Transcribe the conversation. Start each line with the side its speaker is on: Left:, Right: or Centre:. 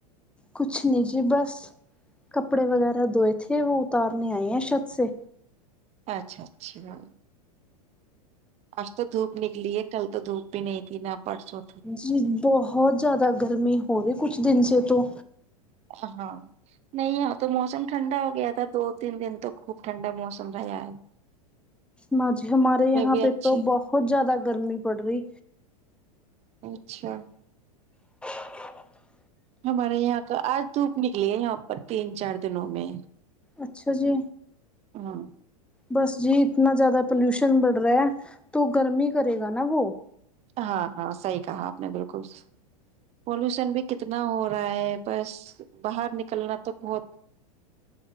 Centre: کچھ نی جی بس کپڑے وغیرہ دھوئے تھے وہ اتارنے آئے ہیں چھت سے
Right: اچھا اچھا آج تو دھوپ نکلی ہے کل تو دھوپ بھی نہیں تھی نہ پرسو
Centre: جی بہت زیادہ گرمی ہو رہی ہے کچھ دن سے تو
Right: ہاں نہیں یہاں تو موسم ٹھنڈا ہو گیا تھا دو تین دن تک خوب ٹھنڈا موسم رہا یا
Centre: ن جی ہمارے یہاں
Right: بھی
Centre: پہ
Right: اچھی
Centre: تو بہت زیادہ گرمی پڑ رہی
Right: اچھا
Centre: <inaudible>
Right: ہمارے یہاں کا آج دھوپ نکلی ہے یہاں پر تین چار دنوں میں
Centre: اچھا جی
Right: ہاں
Centre: بس جی اتنا زیادہ پولوشن بڑھ رہا ہے تو گرمی کرے گا نا وہ
Right: ہاں ہاں صحیح کہا آپ نے بالکل پولوشن بھی کتنا ہو رہا ہے بس باہر نکلنا تو بہت